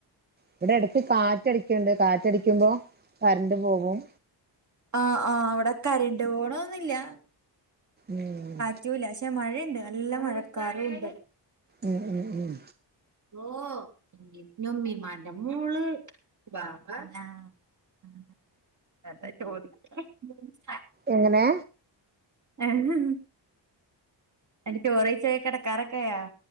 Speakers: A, on the right (about 20°); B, on the right (about 40°).
A: ഇവെടെ എട്ക്ക് കാറ്റടിക്ക്ണ്ട്. കാറ്റടിക്കുമ്പോ കറണ്ട് പോകും.
B: ആഹ് ആഹ്. ഇവിടെ കരണ്ട് പോണോന്നും ഇല്ലാ
A: ഉം
B: റ്റൂലാ. പക്ഷെ മഴയുണ്ട് നല്ല മഴക്കാറും ഇണ്ട്
A: ഉം ഉം ഉം
B: ഓഹ് നൊമ്മിമാന്റെ മോള് ബാ <unintelligible> <unintelligible> ഉം <unintelligible> <unintelligible>
A: എങ്ങനെ.
B: ഏഹ് എടി ചോറെയ്ച്ച് കെടക്കാറൊക്കെ ആയോ?